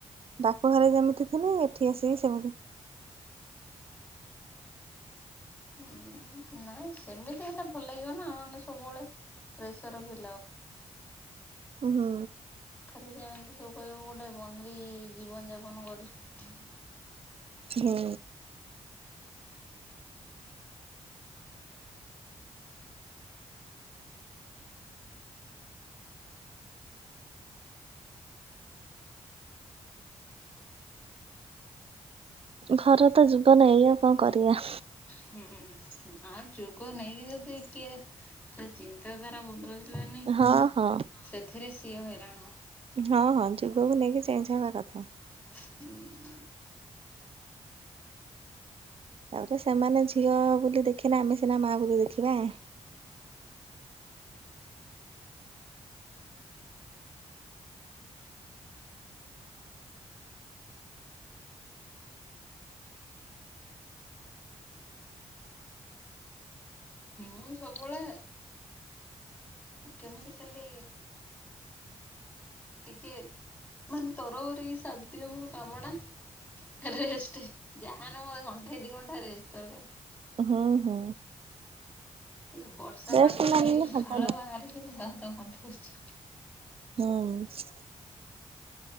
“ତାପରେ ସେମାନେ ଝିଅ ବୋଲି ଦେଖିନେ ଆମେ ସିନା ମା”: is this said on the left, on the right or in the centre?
Right